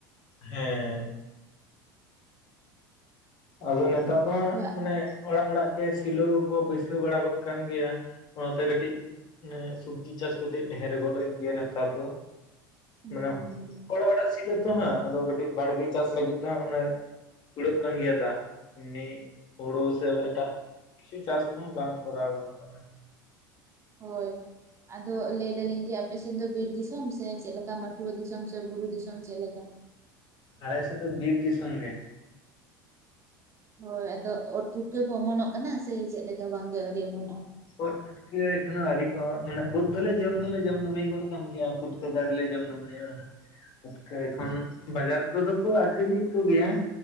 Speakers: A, on the left; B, on the right.
A: ᱦᱮᱸᱻ ᱾ ᱟᱫᱚ ᱱᱮᱛᱟᱨ ᱫᱚ ᱦᱟᱸᱜ,
B: ᱦᱳᱭ
A: ᱢᱟᱱᱮ, ᱚᱲᱟᱜ, ᱚᱲᱟᱜ ᱜᱮ, ᱥᱤᱞᱚ ᱠᱚ, ᱵᱟᱹᱭᱥᱟᱹᱣ ᱵᱟᱲᱟ ᱜᱚᱫ, ᱠᱟᱱ ᱜᱮᱭᱟ, ᱚᱱᱟᱛᱮ ᱠᱟᱹᱴᱤᱡ‌, ᱢᱮ, ᱥᱚᱵᱽᱡᱤ ᱪᱟᱥ ᱠᱟᱛᱮᱜ, ᱰᱷᱮᱨ ᱜᱚᱫ ᱮᱫ ᱜᱮᱭᱟ, ᱱᱮᱛᱟᱨ ᱫᱚ
B: ᱦᱩᱸ
A: ᱢᱟᱱᱮ
B: ᱦᱩᱸ ᱦᱩᱸ
A: ᱾ ᱚᱲᱟᱜ ᱚᱲᱟᱜ, ᱥᱤᱞᱚᱜ ᱛᱚ ᱦᱟᱸᱜ, ᱟᱫᱚ ᱠᱟᱹᱴᱤᱡ, ᱵᱟᱲᱜᱮ ᱪᱟᱥ ᱞᱟᱹᱜᱤᱫ ᱫᱚ ᱦᱟᱸᱜ, ᱢᱟᱱᱮ, ᱠᱩᱲᱟᱹᱜ ᱠᱟᱱ ᱜᱮᱭᱟ ᱾ ᱪᱮᱫᱟᱜ? ᱮᱢᱱᱤ ᱦᱳᱲᱳ, ᱥᱮ ᱮᱴᱟᱜ ᱠᱤᱪᱷᱩ, ᱪᱟᱥ ᱠᱚᱫᱚ, ᱵᱟᱝ ᱠᱚᱨᱟᱣ ᱜᱟᱱᱚᱜ ᱠᱟᱱᱟ ᱾
B: ᱦᱳᱭ ᱾ ᱟᱫᱚ, ᱞᱟᱹᱭ ᱮ ᱫᱟᱞᱤᱧ ᱡᱮ, ᱟᱯᱮ ᱥᱮᱫ ᱫᱚ, ᱵᱤᱨ ᱫᱤᱥᱚᱢ ᱥᱮ, ᱪᱮᱫ ᱞᱮᱠᱟ ᱢᱟᱴᱷᱩᱣᱟᱹ ᱫᱤᱥᱚᱢ, ᱥᱮ ᱵᱩᱨᱩ ᱫᱤᱥᱚᱢ ᱪᱮᱫ ᱞᱮᱠᱟ?
A: ᱟᱞᱮ ᱥᱮᱫ ᱫᱚ, ᱵᱤᱨ ᱫᱤᱥᱚᱢ ᱜᱮ ᱾
B: ᱦᱳᱭ, ᱟᱫᱚ, ᱩᱫ ᱯᱩᱴᱠᱟ ᱠᱚ, ᱚᱢᱚᱱᱚᱜ ᱠᱟᱱᱟ, ᱥᱮ ᱪᱮᱞᱮᱠᱟ, ᱵᱟᱝ ᱜᱮ ᱟᱹᱣᱨᱤ, ᱚᱢᱚᱱᱚᱜᱼᱟ?
A: ᱳᱫ, ᱠᱤᱲᱟᱹᱭ ᱮᱠᱷᱚᱱᱳ ᱟᱹᱣᱨᱤ ᱠᱚ, ᱢᱟᱱᱮ ᱩᱫ ᱫᱚᱞᱮ ᱡᱚᱢ, ᱫᱚᱞᱮ ᱡᱚᱢ ᱱᱟᱢᱟᱹᱭ, ᱜᱚᱫ ᱟᱠᱟᱫ ᱜᱮᱭᱟ, ᱯᱷᱩᱴᱠᱟᱹ ᱫᱚ ᱟᱹᱣᱨᱤ ᱞᱮ, ᱡᱚᱢ ᱱᱟᱢᱟᱹᱭ ᱚᱜᱼᱟ ᱾ ᱴᱟᱴᱠᱟ ᱮᱠᱷᱚᱱ, ᱵᱟᱡᱟᱨ ᱠᱚᱫᱚ ᱠᱚ, ᱟᱠᱷᱨᱤᱧᱮᱫ ᱠᱚ ᱜᱮᱭᱟ ᱾